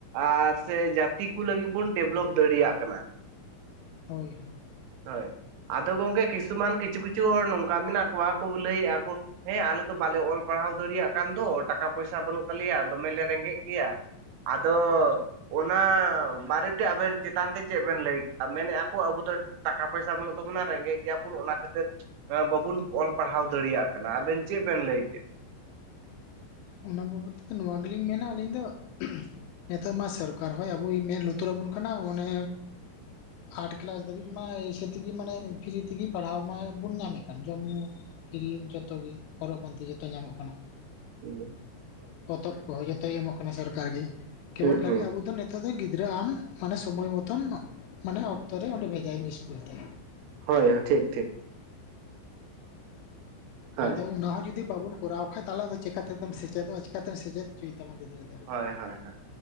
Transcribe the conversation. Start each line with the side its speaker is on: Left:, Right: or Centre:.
Right: ᱟᱨ ᱥᱮ ᱡᱟᱛᱤ ᱠᱚ ᱞᱟᱹᱜᱤᱫ ᱵᱚᱱ ᱰᱮᱵᱷᱞᱚᱯ ᱫᱟᱲᱮᱭᱟᱜ ᱠᱟᱱᱟ᱾
Left: ᱦᱳᱭ ᱦᱳᱭ᱾
Right: ᱦᱳᱭ ᱟᱫᱚ ᱜᱚᱝᱠᱮ ᱠᱤᱪᱷᱩᱢᱟᱱ ᱠᱤᱪᱷᱩ ᱠᱤᱪᱷᱩ ᱦᱚᱲ ᱱᱚᱝᱠᱟ ᱢᱮᱱᱟᱜ ᱠᱚᱣᱟ ᱠᱚ ᱞᱟᱹᱭᱮᱫᱼᱟ ᱠᱚ ᱦᱮᱸ ᱟᱞᱮ ᱫᱚ ᱵᱟᱞᱮ ᱚᱞ ᱯᱟᱲᱦᱟᱣ ᱫᱟᱲᱮᱭᱟᱜ ᱠᱟᱱ ᱫᱚ ᱴᱟᱠᱟ ᱯᱚᱭᱥᱟ ᱵᱟᱹᱱᱩᱜ ᱛᱟᱞᱮᱭᱟ ᱫᱚᱢᱮᱞᱮ ᱨᱮᱸᱜᱮᱡ ᱜᱮᱭᱟ᱾ ᱟᱫᱚ ᱚᱱᱟ ᱵᱟᱨᱮᱛᱮ ᱟᱵᱮᱱ ᱪᱮᱛᱟᱱ ᱛᱮ ᱪᱮᱫ ᱵᱮᱱ ᱞᱟᱹᱭ ᱢᱮᱱᱮᱫᱼᱟ ᱠᱚ ᱟᱵᱚ ᱫᱚ ᱴᱟᱠᱟ ᱯᱚᱭᱥᱟ ᱵᱟᱹᱱᱩᱜ ᱛᱟᱵᱚᱱᱟ ᱨᱮᱸᱜᱮᱡ ᱜᱮᱭᱟᱵᱚᱱ ᱚᱱᱟ ᱠᱷᱟᱹᱛᱤᱨ ᱵᱟᱵᱩᱱ ᱚᱞ ᱯᱟᱲᱦᱟᱣ ᱫᱟᱲᱮᱭᱟᱜ ᱠᱟᱱᱟ ᱟᱵᱮᱱ ᱪᱮᱫ ᱵᱮᱱ ᱞᱟᱹᱭᱠᱮᱜᱼᱟ?
Left: ᱚᱱᱟ ᱵᱟᱵᱚᱫ ᱛᱮᱫᱚ ᱱᱚᱣᱟ ᱜᱮᱞᱤᱧ ᱢᱮᱱᱟ ᱟᱹᱞᱤᱧ ᱫᱚ ᱱᱤᱛᱚᱜ ᱢᱟ ᱥᱚᱨᱠᱟᱨ ᱦᱚᱸᱭ ᱟᱵᱚᱭ ᱢᱮᱫ ᱞᱩᱛᱩᱨᱟᱵᱚᱱ ᱠᱟᱱᱟ ᱚᱱᱮ ᱟᱨᱴ ᱠᱮᱞᱟᱥ ᱫᱷᱟᱹᱵᱤᱡ ᱢᱟ ᱮᱭᱥᱟ ᱛᱮᱜᱤ ᱢᱟᱱᱮ ᱯᱷᱨᱤ ᱛᱮᱜᱮ ᱯᱟᱲᱦᱟᱣ ᱢᱟ ᱵᱚᱱ ᱧᱟᱢᱮᱫ ᱠᱟᱱ ᱡᱚᱢ ᱧᱩ᱾ ᱠᱤᱨᱤᱧ ᱡᱚᱛᱚᱜ ᱜᱮ ᱦᱚᱨᱚᱜ ᱵᱟᱸᱫᱮ ᱡᱚᱛᱚ ᱧᱟᱢᱚᱜ ᱠᱟᱱᱟ᱾
Right: <unintelligible>
Left: ᱯᱚᱛᱚᱵ ᱠᱚᱦᱚᱸ ᱡᱚᱛᱚᱭ ᱮᱢᱚᱜ ᱠᱟᱱᱟ ᱥᱚᱨᱠᱟᱨ ᱜᱮ ᱠᱮᱵᱚᱞ
Right: ᱦᱩᱸ
Left: ᱠᱷᱟᱹᱞᱤ
Right: ᱦᱩᱸ
Left: ᱟᱵᱚ ᱫᱚ ᱱᱤᱛᱚᱜ ᱫᱚ ᱜᱤᱫᱽᱨᱟᱹ ᱟᱢ ᱢᱟᱱᱮ ᱥᱚᱢᱳᱚᱭ ᱢᱚᱛᱚᱱ ᱢᱟᱱᱮ ᱚᱠᱛᱚ ᱨᱮ ᱚᱸᱰᱮ ᱵᱷᱮᱡᱟᱭᱢ ᱤᱥᱠᱩᱞ ᱛᱮ᱾
Right: ᱦᱳᱭ ᱦᱳᱭ ᱴᱷᱤᱠ ᱴᱷᱤᱠ᱾ ᱦᱳᱭ
Left: ᱟᱫᱚ ᱚᱱᱟ ᱦᱚᱸ ᱡᱩᱫᱤ ᱵᱟᱵᱚᱱ ᱠᱚᱨᱟᱣ ᱠᱷᱟᱡ ᱛᱟᱦᱚᱞᱮ ᱟᱫᱚ ᱪᱤᱠᱟᱛᱮ ᱫᱚᱢ ᱥᱮᱪᱮᱫᱚᱜ ᱪᱤᱠᱟᱛᱮᱢ ᱥᱮᱪᱮᱫ ᱦᱚᱪᱚᱭ ᱛᱟᱢᱟ ᱜᱤᱫᱽᱨᱟᱹ ᱾
Right: ᱦᱳᱭ ᱦᱳᱭ ᱦᱳᱭ